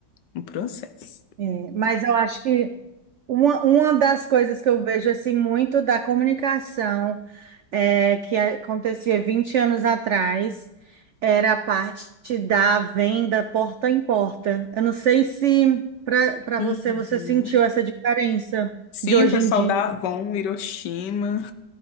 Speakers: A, on the left (about 80°); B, on the right (about 85°).
A: Um processo.
B: É, mas eu acho que uma, uma das coisas que eu vejo assim muito da comunicação é, que acontecia 20 anos atrás era a parte da venda porta em porta. Eu não sei se para para
A: Uhum.
B: você você sentiu essa diferença
A: Sim,
B: de hoje
A: o pessoal
B: em dia
A: da Avon, Hiroshima.